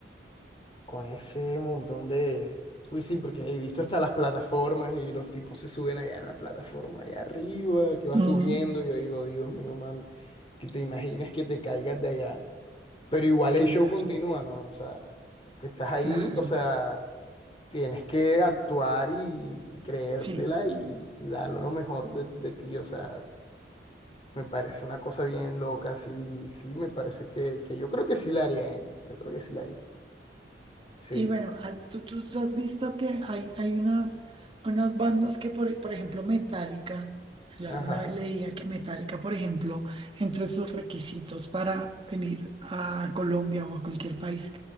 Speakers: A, on the left; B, on the right.
A: con ese montón de... Uy, sí, porque he visto hasta las plataformas y los tipos se suben allá en la plataforma, allá arriba, que va
B: Mm,
A: subiendo. Yo digo, Dios mío, man, que te imaginas que te caigas de allá. Pero igual
B: claro.
A: el show continúa, ¿no? O sea, tú estás ahí,
B: Claro,
A: o sea, tienes que actuar y, y creértela
B: sí.
A: y, y dar lo mejor de, de ti. O sea, me parece una cosa bien loca, sí, sí, me parece que, que yo creo que sí la haría, ¿eh? Yo creo que sí la haría. Sí,
B: Y bueno, al- tú, tú- tú has visto que hay, hay unas, unas bandas que, por, por ejemplo, Metallica, yo
A: ajá,
B: alguna vez leía que Metallica, por ejemplo, entre sus requisitos para venir a Colombia o a cualquier país,